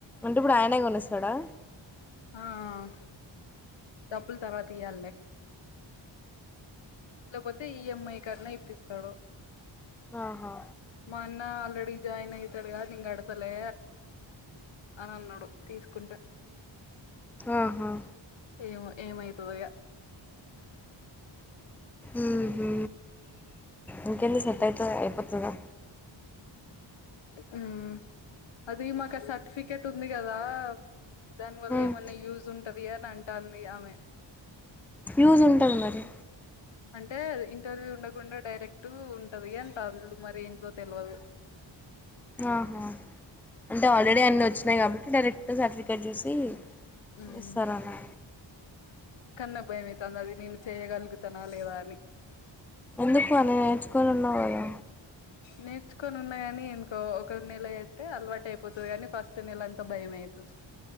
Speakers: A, in the centre; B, on the left.
A: అంటే ఇప్పుడు ఆయనే కొనిస్తాడా
B: ఆ ఆ డబ్బులు తర్వాత ఇయ్యాలి లే లేకపోతే ఈ ఎం ఐ కన్నా ఇప్పిస్తాడు
A: ఆహా
B: మా అన్న ఆల్రెడీ జాయిన్ అయితాడుగా నేను గడతాలే అని అన్నాడు తీసుకుంటే
A: ఆహా
B: ఏమో ఏమైతదో ఇగ
A: ఊహూ ఇంకేది సెట్ అయితే అయిపోతుదా
B: ఉమ్ అది మాకు ఆ సర్టిఫికెట్ ఉంది గదా దాని వల్ల
A: ఉమ్
B: ఏమన్నా యూ స్ఉంటది అని అంటాంది ఆమె
A: యూస్ ఉంటది మరి
B: అంటే ఇంటర్వ్యూ ఉండకుండా డైరెక్ట్ ఉంటది అంటాల్లు మరి ఏంటో తెల్వదు
A: అహా అంటే ఆల్రెడీ అన్నీ వచ్చినాయి కాబట్టి డైరె క్ట్ సర్టిఫికెట్ చూసి
B: ఉమ్
A: ఇస్తారు అనా
B: కానీ నాకు భయమైతాంది అది నేను చెయ్యగలుగుతానా లేవా అని
A: ఎందుకు <inaudible> నేర్చుకోని ఉన్నావు గదా
B: నేర్చుకోని ఉన్నా గానీ ఇంకో ఒక నెల అయితే అలవాటు అయిపోతది కానీ ఫస్ట్ నెల అంతా భయమే అయితది